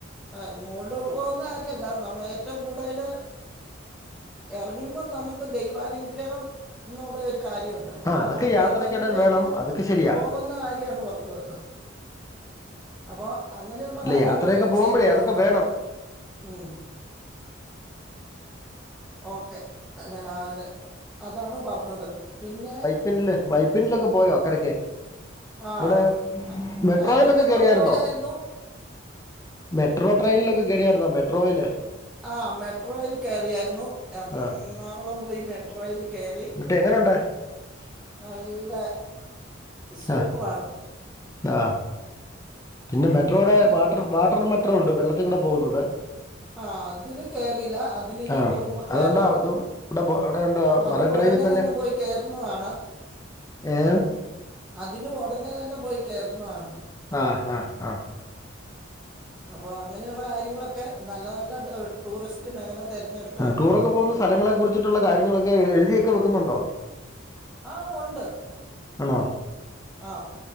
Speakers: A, in the centre; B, on the left.
A: ആഹ് മോളിലോട്ട് പോകുന്ന കാര്യമല്ല നമ്മള് ഏറ്റവും കൂടുതല് ഇറങ്ങുമ്പോൾ നമുക്ക് ദൈവാനുഗ്രഹം എന്നുള്ള ഒരു കാര്യമുണ്ട്
B: ആ അതൊക്കെ
A: ആഹ്
B: യാത്രയ്ക്കിടെ
A: ദൈവാനുഗ്രഹത്തിൽ
B: വേണം അതൊക്കെ ശരിയാ
A: പോകുന്ന കാര്യാണ് പറഞ്ഞത് അപ്പൊ അങ്ങനെയുള്ള
B: ഇല്ല
A: കാര്യങ്ങള്
B: യാത്രയൊക്കെ പോകുമ്പോഴേ
A: ചെയ്തു പോകുന്നു
B: അതൊക്കെ വേണം
A: ഉം ഓക്കെ ഞാൻ അതാണ് പറഞ്ഞത് പിന്നെ
B: പിന്നെ വൈപ്പിനിലൊക്കെ പോയോ അക്കരയ്ക്ക്
A: ആഹ്
B: ഇവിടെ മെട്രോയിലൊക്കെ
A: അതിലൊക്കെ
B: കേയൺറിയായിരുന്നോ
A: പോയായിരുന്നു
B: മെട്രോ ട്രെയിനിലൊക്കെ കയായിരുന്നോ മെട്രോയില്ലേ
A: ആഹ് മെട്രോയിൽ കയറിയായിരുന്നു എറണാകുളം
B: ആ
A: പോയി മെട്രോയിൽ കയറി
B: ന്നിട്ട്എങ്ങനുണ്ട്
A: നല്ല സൂപ്പറാണ്
B: ആ ആ പിന്നെ മെട്രോടെ
A: ഒത്തിരി
B: വാട്ടർ മെട്രാണ്ട്വെ വെള്ളത്തിൽക്കൂടെ പോകുന്നത്
A: ആ അതില് കേറില്ല അതിലിനി
B: ആ
A: പോകുമ്പോ കേറാം
B: അതുണ്ടോ അതും ഇവിടെ ബോ- അവിടെ ഉണ്ട്
A: അത്
B: മറൈൻ
A: ഉടനെ
B: ഡ്രൈവിൽ
A: തന്നെ പോയി കേറുന്നതാണ്
B: ഏ്
A: അതിലും ഉടനെ തന്നെ പോയി കേർതതാണ്
B: ആഹ് ആഹ് ആഹ
A: അപ്പൊ അങ്ങനെയുള്ള കാര്യങ്ങളൊക്കെ നല്ല നല്ല ടൂറിസ്റ്റ് മേഖല തെരെഞ്ഞടുക്ക
B: ആ ടൂറൊക്കെ പോകുന്ന സ്ഥലങ്ങളെ കുറിച്ചിട്ടുള്ള കാര്യങ്ങളൊക്കെ എഴുതിയൊക്കെ വെക്കുന്നുണ്ടോ
A: ആ ഉണ്ട്
B: ആണോ
A: ആ